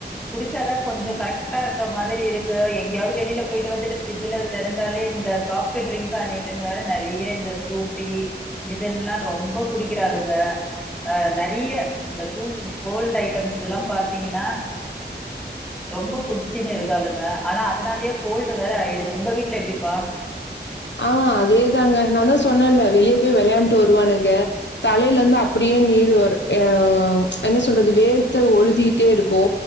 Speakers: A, in the centre; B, on the left.
A: குடிச்சாதா கொஞ்ச கரெக்டா இருக்க மாதிரி இருக்கு எங்கயாவ்து வெளில போயிட்டு வந்துட்டு ஃப்ரிட்ஜுல தெறந்தாலே இந்த சாஃப்ட்டு ட்ரிங்க்கானீட்டுனு வேற நெறை றைய இந்த ஃப்ரூட்டி இதெல்லா ரொம்ப குடிக்கிறாளுங்க அ நெறைய இந்த கூல் கோல்டு் ஐட்டம்ஸெல்லாம் பாத்தீங்கனா ரொம்ப குடிச்சின்னு இருக்காளுங்க ஆனா அதுனாலயே கோல்டு வேற ஆயிடுது உங்க வீட்ல எப்டிப்பா
B: ஆ அதேதாங்க நாந்தா சொன்னல்ல வெளிய போயி வெளையாண்ட்டு வருவானுங்க தலைல இருந்து அப்டியே நீரு வரு அ என்ன சொல்றது வேர்த்து ஒழுதீட்டே இருக்கு